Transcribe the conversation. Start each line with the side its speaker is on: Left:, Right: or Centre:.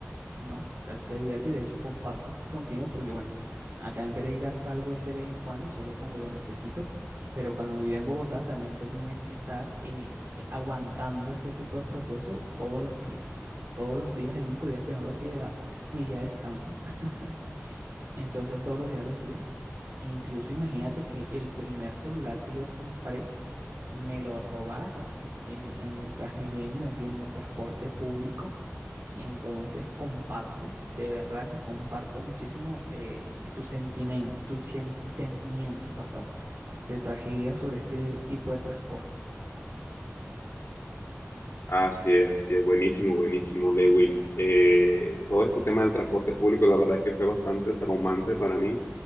Right: ¿no? Casi a diario y de hecho comparto esto contigo porque bueno, acá en Pereira salgo es de vez en cuando, solo cuando lo necesito, pero cuando vivía en Bogotá también tenía que estar eh, eh, aguantando este tipo de proceso todos los días. Todos los días, el único día que no lo hacía era mi día de descanso. <laughs> Entonces todos los días lo hacía. Incluso imagínate que el primer celular que yo compré me lo robaron en, en el Transmilenio, es decir, en el transporte público. Entonces comparto, de verdad que comparto muchísimo eh, tu sentimiento, su sien- sentimiento, perdón, de tragedia sobre este tipo de transporte.
Left: Así es, así es, buenísimo, buenísimo, Lewin. Eh, todo este tema del transporte público, la verdad es que fue bastante traumante para mí.